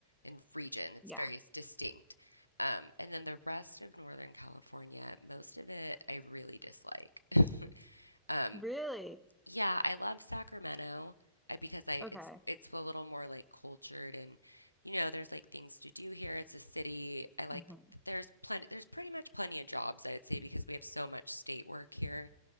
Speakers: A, on the left; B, in the centre.
A: and region. It's
B: Yeah.
A: very distinct. Um, and then the rest of Northern California, most of it I really dislike. <laughs> Um,
B: Really?
A: yeah, I love Sacramento I, because I
B: Okay.
A: it's it's a little more like cultured and you know there's like things to do here. It's a city. I like
B: hmm
A: that there's plenty there's pretty much plenty of jobs I would say because we have so much state work here.